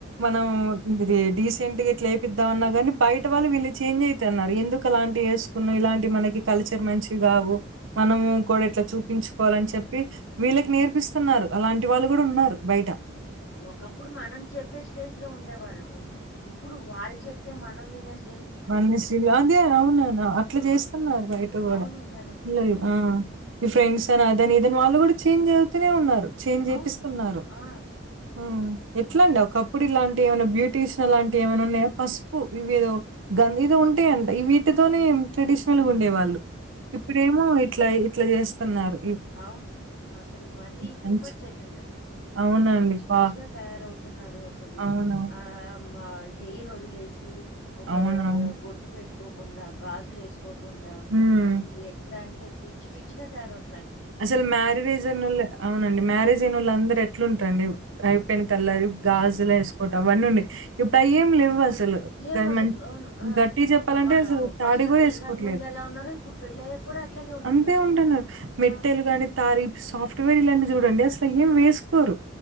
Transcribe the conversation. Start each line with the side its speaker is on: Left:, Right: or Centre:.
Right: మనం డిది డీసెంట్గిట్లేపిద్దాం అన్న గాని బై ట వాళ్ళు వీళ్ళు చేంజైతన్నారు ఎందుకలాంటి యేస్కున్నవ్ ఇలాంటి మనకి కలుచ్ తె మంచిన్ గావు మనము కూడిట్ల చూపించుకోవాలన్ చెప్పి వీళ్ళకి నేర్పిస్తున్నారు అలా అంటి వాళ్ళు గూడున్నారు బైట
Left: ఒకప్పుడు మనం చెప్పే స్టేజ్ లో ఉండేవాళ్ళం ఉమ్ ఇప్పుడు వాళ్ చెప్తె మనం వినే స్
Right: వన్నెశ్రీలు అదె ఔనవ్ను అట్ల
Left: ఆ!
Right: జేస్తున్నార్ బైట గూడ
Left: అవును జనం.
Right: పిల్లొల్లు
Left: హ్మ్.
Right: ఆ ఇ ఫ్రెండ్సని అదనిదని వాళ్ళ్ గూడ చేంజైతూనె ఉన్నారు చేంజేపిస్తున్నారు
Left: అవును. ఆ!
Right: ఊమ్ ఎట్లుండె ఒకప్పుడిలాంటివి ఏమన్న బ్యూటీషనలాంటివి ఏమన్నున్నా పస్పు ఇవ్వేదొ గంగిద ఉంటే అంట ఇవ్వీటితోనే ట్రెడిషనల్గుండేవాళ్ళు ఇప్పుడేమో ఇట్ల ట్ల జేస్తన్నారు
Left: ఔన్ అసల్ మరీ టూ
Right: మంచి
Left: మచ్చైపోయ్ందండసలు
Right: అవునండి.
Left: పిచ్చి పిచ్చిగా
Right: పా
Left: తయారౌతున్నారు అసలూ
Right: అవునవును.
Left: ఆమ్ మా హెయ్రొదిలేసి ఒకా
Right: అవునవును.
Left: బొట్టు పెట్టుకోకుండా గాజులేస్ కోకుండా
Right: హ్మ్.
Left: అసల్ ఎట్లంటె పిచ్చ్ పిచ్చిగా తయారౌత్
Right: అసల్ మ్యారీడేజున్నొల్లు ఔనండి మ్యారేజైనొళ్ళందరెట్లుంట్రండి ఐపెయ్న తల్లారి గాజులేసుకోటం వన్నున్నయ్ ఇప్పుడయ్యేమ్ లవ్వస్ <unintelligible>
Left: లేవసలు.
Right: డైమండ్
Left: అవును. ఆ!
Right: గట్టిగ్ జెప్పాలంటె
Left: మనం
Right: అసలు
Left: ఫస్ట్‌లో
Right: తాడి గూడేస్కోట్లేదు
Left: పెళ్లి కాకముందెలా ఉన్నారో, ఇప్పుడు పెళ్లయ్యాక కూడా అట్లాగే ఉంటున్నారు.
Right: అంతే ఉంటన్న
Left: ఆ!
Right: మెట్టెల్ గాని తారిప్ సాఫ్ట్వేరిలాంటి జూడండి అసలేం వేస్కోరు